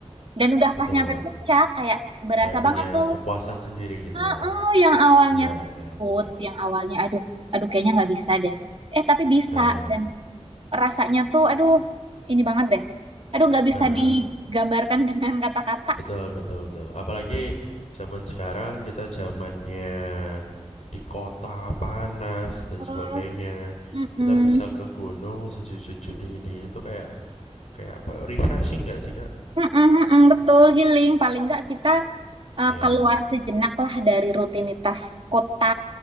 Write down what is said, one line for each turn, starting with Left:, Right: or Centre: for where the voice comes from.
Right: dan udah
Left: Betul.
Right: pas nyampe puncak kayak berasa
Left: Kayak punya
Right: banget tuh
Left: kepuasan sendiri gitu
Right: Heeh,
Left: ya?
Right: yang awalnya
Left: Iya
Right: takut
Left: iya, oke oke.
Right: yang awalnya aduh aduh kayaknya nggak bisa deh eh tapi bisa
Left: Heeh.
Right: dan rasanya tuh aduh ini banget deh. Aduh nggak bisa
Left: Heeh.
Right: digambarkan <laughs> dengan kata-kata.
Left: Betul betul betul. Apalagi zaman sekarang kita zamannya di kota, panas dan sebagainya.
Right: Eh, Mm-mm.
Left: Kita bisa ke gunung sejuk-sejuk, dingin-dingin itu kayak kayak apa, refreshing nggak sih, Kak?
Right: Mm-mm, mm-mm, betul, healing. Paling nggak kita eh,
Left: Iya.
Right: keluar sejenak lah dari rutinitas kota,